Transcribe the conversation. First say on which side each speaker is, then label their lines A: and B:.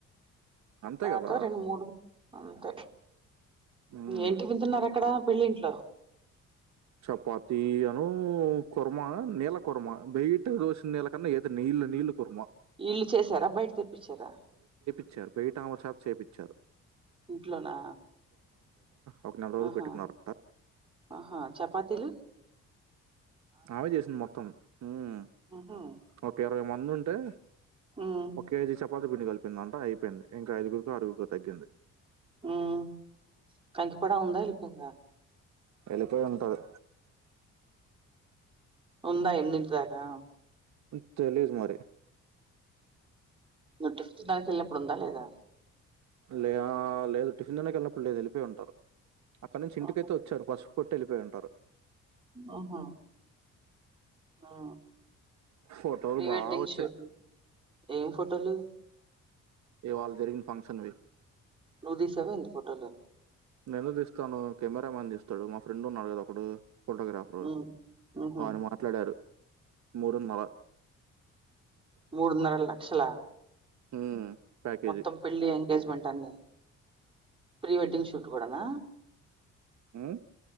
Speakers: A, on the right; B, on the right.
A: అంతే
B: రాకా
A: కదా
B: రెండు మూడు అంతే
A: ఉమ్.
B: ఏంటి వింటున్నారు అక్కడ పెళ్ళింట్లో
A: చపాతి అను కుర్మా నీళ్ల కుర్మా బయట దోసిన నీళ్ల కన్నా ఏదో ని ఇట్లా నీళ్ల కుర్మా
B: ఇళ్ళు చేసారా బయట తెప్పించారా
A: ఇచ్చారు బయట ఆమె చేతా చెప్పించారు
B: ఇంట్లోనా
A: ఒక నెల రోజులు
B: ఆహా
A: పెట్టుకున్నారట
B: ఆహా చపాతీలు
A: అవే చేసింది మొత్తం హ్మ్
B: ఉహు
A: ఓకే <unintelligible> ఉంటే
B: ఉమ్
A: ఒక కేజీ చె చెపాతి పిండి కలిపిందంట అయిపోయింది ఇంకా ఐదుగురుకో అరుగురుకో తగ్గింది
B: హ్మ్ కంచి కూడా ఉందా వెళ్ళిపోయిందా
A: వెళ్ళిపోయి ఉంటది
B: ఉందా ఎనింటి దాకా
A: హ్మ్ తెలీదు మరి
B: నట్టు దాని పెళ్ళి అప్పుడు ఉందా లేదా
A: లే ఆ లేదు టిఫిన్ తిన్నాక వెళ్ళినప్పుడు లేదు వెళ్ళిపోయి ఉంటారు అక్కడ నుంచి ఇంటికైతే
B: ఆహా
A: వచ్చారు పసు కొట్టి వెళ్లి పోయి ఉంటారు
B: ఆహా ఆ
A: ఫోటోలు
B: ప్రీ వెెడ్డింగ్
A: బాగా వచ్చాయి
B: షూటు ఏం ఫోటోలు
A: ఇవ్వాల జరిగిన ఫంక్షన్ వి
B: నువ్వు తీసావా ఏంటి ఫొటోలు
A: నేను తీస్తాను కెమెరా మ్యాన్ తీస్తాడు మా ఫ్రెండ్ ఉన్నాడు కదా ఒకడు ఫోటోగ్రాఫరు
B: ఉమ్ ఉహు
A: వాన్ని మాట్లాడారు మూడున్నరా
B: మూడున్నరా లక్షల
A: హ్మ్ ప్యాకేజీ
B: మొత్తం పెళ్లి ఎంగేజ్మెంట్ అన్ని ప్రీ వెడ్డింగ్ షూట్ కూడా నా
A: హ్మ్